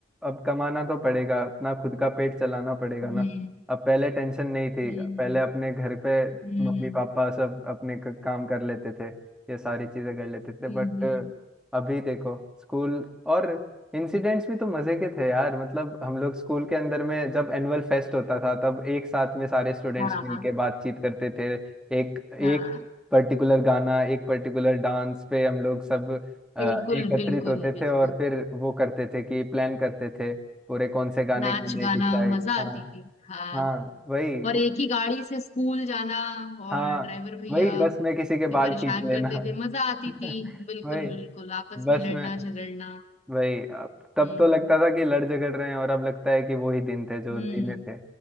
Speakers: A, in the centre; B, on the left.
A: अब कमाना तो पड़ेगा अपना खुद का पेट चलाना पड़ेगा
B: हम्म
A: ना अब पहले टेंशन नहीं
B: हम्म
A: थी पहले अपने घर पे
B: हम्म
A: मम्मी पापा सब अपने क- काम कर लेते थे ये सारी चीजें कर लेते थे
B: हम्म
A: बट
B: हम्म,
A: अभी देखो स्कूल और इंसिडेंट्स भी तो मजे के थे यार मतलब हम लोग स्कूल के अंदर में जब एनुअल फेस्ट होता था तब एक साथ में सारे स्टूडेंट्स
B: हाँ
A: मिलके बातचीत करते थे एक एक
B: हाँ
A: पर्टिकुलर गाना एक पर्टिकुलर डांस पे हम लोग सब अ,
B: बिल्कुल
A: एकत्रित
B: बिल्कुल
A: होते
B: बिल्कुल
A: थे और फिर वो करते थे कि प्लान करते थे पूरे कौन से गाने
B: नाच
A: गाने
B: गाना
A: डिसाइड
B: मजा
A: हाँ
B: आती थी हाँ
A: हाँ वही
B: और एक ही गाड़ी से स्कूल जाना और
A: हाँ
B: ड्राइवर भैया
A: वही बस में किसी के
B: भी
A: बाल
B: परेशान
A: खींच लेना
B: करते थे मजा आती
A: <laughs>
B: थी बिल्कुल
A: वही
B: बिल्कुल आपस
A: बस
B: में लड़ना
A: में
B: झगड़ना
A: वही अब- तब
B: हम्म
A: तो लगता था कि लड़ झगड़ रहे हैं और अब लगता है कि वो ही दिन थे जो
B: हम्म
A: धीमे थे